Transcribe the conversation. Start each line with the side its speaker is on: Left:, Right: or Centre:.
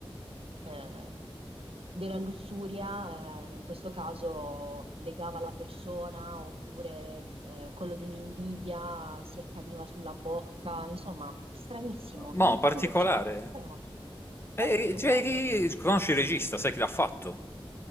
Right: mh, eh, della lussuria, eh, in questo caso legava la persona, oppure eh, quello dell'invidia si accaniva sulla bocca, insomma, stranissimo,
Left: Mo,
Right: mi ha un
Left: particolare.
Right: po' angosciato, però,
Left: Eh,
Right: però è stato
Left: eh, cioè,
Right: bello.
Left: chi- conosci il regista, sai chi l'ha fatto?